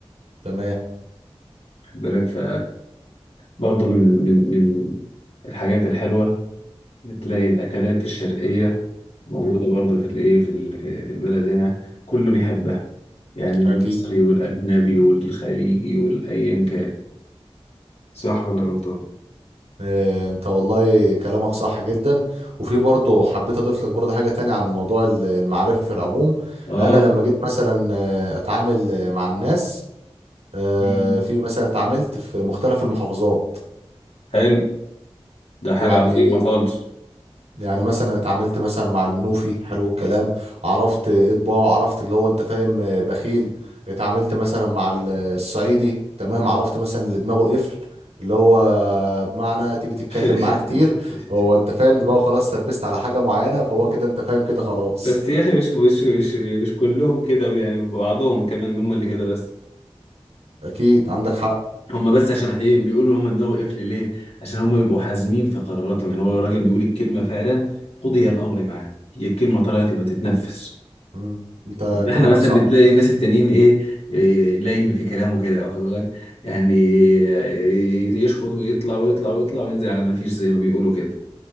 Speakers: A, on the right; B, on the left.
A: تمام
B: خد بالك ف برضه من من من الحاجات الحلوة بتلاقي الأكلات الشرقية موجودة
A: مم.
B: برضه في الإيه في ال- في في البلد هنا كله بيحبها يعني المصري
A: أكيد
B: والأجنبي والخليجي والأيا كان صح ولا غلطان
A: إيه، انت والله كلامك صح جدا وفي برضه حبيت اضيف لك برضه حاجه تانية عن موضوع ال- المعرفه في العموم
B: آه
A: انا لما جيت مثلا آه، اتعامل آه، مع الناس آه،
B: مم.
A: في مثلا اتعاملت في مختلف المحافظات
B: حلو ده حاجة
A: يعني
B: عظيمة خالص
A: يعني مثلا اتعاملت مثلا مع المنوفي حلو الكلام عرفت اطباعه عرفت اللي هو انت فاهم آه، بخيل اتعاملت مثلا مع ال- الصعيدي تمام عرفت مثلا اللي دماغه قفل اللي هو بمعنى تيجي تتكلم
B: <laughs>
A: معاه كتير هو انت فاهم دماغه خلاص تربست على حاجة معينة فهو كده انت فاهم كده خلاص
B: بس يا أخي مش مش مش مش كلهم كده يعني بعضهم كمان هم اللي كده بس
A: اكيد عندك حق
B: هم بس عشان ايه بيقولوا هم دماغه قفل ليه عشان هم بيبقوا حازمين في قراراتهم يعني هو لو الراجل بيقول الكلمه فعلا قضي الامر معاه هي الكلمه طلعت يبقى تتنفس
A: مم. انت
B: احنا
A: كلامك
B: مثلا
A: صح
B: بتلاقي الناس التانيين ايه إيه، لين في كلامه كده واخد بالك يعني إيه، يشخط ويطلع ويطلع ويطلع وينزل على ما فيش زي ما بيقولوا كده